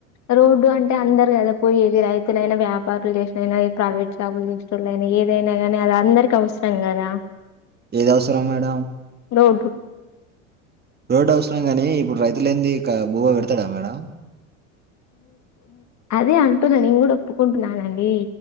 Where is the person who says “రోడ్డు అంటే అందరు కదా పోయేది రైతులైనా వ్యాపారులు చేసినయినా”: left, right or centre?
Left